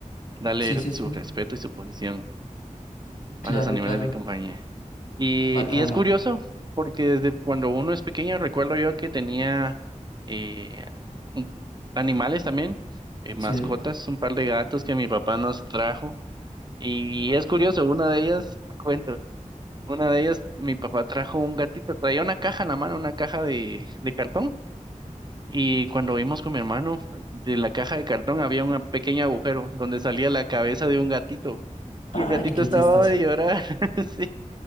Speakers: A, on the right; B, on the left.
A: Dale
B: Sí, sí,
A: su
B: sí.
A: respeto y su posición
B: Claro,
A: a los animales
B: claro.
A: de compañía. Y,
B: Bacano.
A: y es curioso, porque desde cuando uno es pequeño recuerdo yo que tenía eh, un- animales también, eh, mascotas,
B: Sí.
A: un par de gatos que mi papá nos trajo. Y es curioso, una de ellas, te cuento, una de ellas, mi papá trajo un gatito, traía una caja en la mano, una caja de, de cartón. Y cuando vimos con mi hermano, de la caja de cartón había un pequeño agujero donde salía la cabeza de un gatito. Y
B: Ay,
A: el gatito
B: qué
A: estaba
B: chistoso.
A: de llorar. <laughs> Sí.